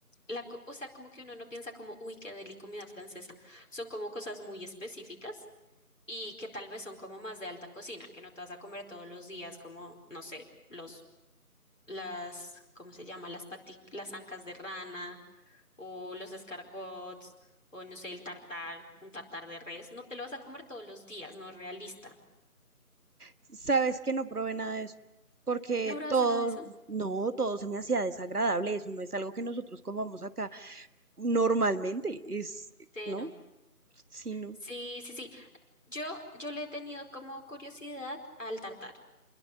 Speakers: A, on the left; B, on the right.
A: la, co- o sea, como que uno no piensa como, uy, qué deli comida francesa. Son como cosas muy específicas y que tal vez son como más de alta cocina, que no te vas a comer todos los días, como, no sé, los, las, ¿cómo se llama? Las pati, las ancas de rana o los escargots o no sé, el tartar, un tartar de res. No te lo vas a comer todos los días, no es realista.
B: Sabes que no probé nada de eso, porque
A: No probaste
B: todo,
A: nada de eso.
B: no, todo se me hacía desagradable, eso no es algo que nosotros comamos acá normalmente, es,
A: Cero.
B: no, sí, no.
A: Sí, sí, sí. Yo, yo le he tenido como curiosidad al tartar,